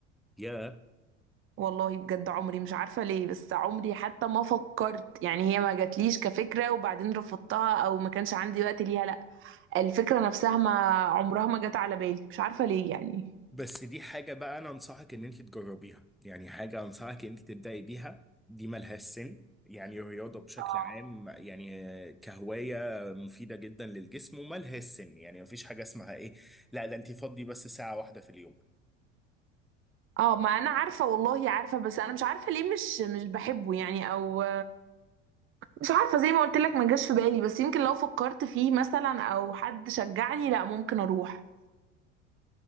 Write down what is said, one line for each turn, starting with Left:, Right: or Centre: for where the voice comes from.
Centre: يا
Right: والله بجد عمري مش عارفه ليه بس عمري حتى ما فكرت يعني هي ما جاتليش كفكره وبعدين رفضتها او ما كانش عندي وقت ليها لا الفكره نفسها ما عمرها ما جت على بالي مش عارفه ليه يعني
Centre: بس دي حاجة بقى أنا أنصحك إن أنت تجربيها يعني حاجة أنصحك إن أنت تبدأي بيها دي ملهاش سن يعني الرياضة بشكل
Right: اه
Centre: عام يعني آه، كهواية مفيدة جدا للجسم وملهاش سن يعني مفيش حاجة اسمها إيه لا ده أنت فضي بس ساعة واحدة في اليوم
Right: اه ما انا عارفه والله عارفه بس انا مش عارفه ليه مش مش بحبه يعني او مش عارفه زي ما قلت لك ما جاش في بالي بس يمكن لو فكرت فيه مثلا او حد شجعني لا ممكن اروح